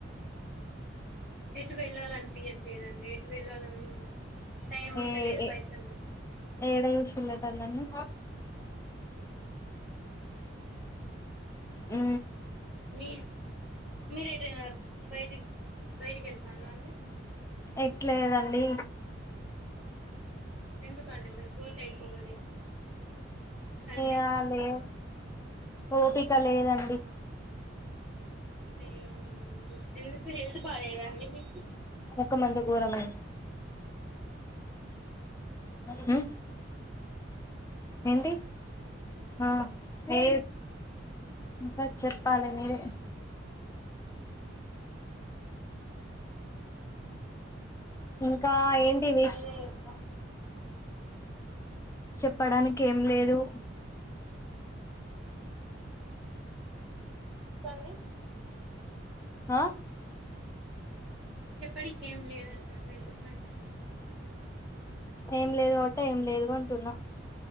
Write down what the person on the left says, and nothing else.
ఏ ఏ
ఏడ యూషలటాల నన్ను ఉ
ఎట్లేదండి
కాలే ఓపిక లేదండి
ముఖమంత ఘోరమై మ్ ఏంటి ఆ ఏ ఇంకా చెప్పాలి మీరే ఇంకా ఏంటి విష్
చెప్పడానికి ఏం లేదు
ఆ
ఏం లేదుట్టే ఏం లేదుంటున్నా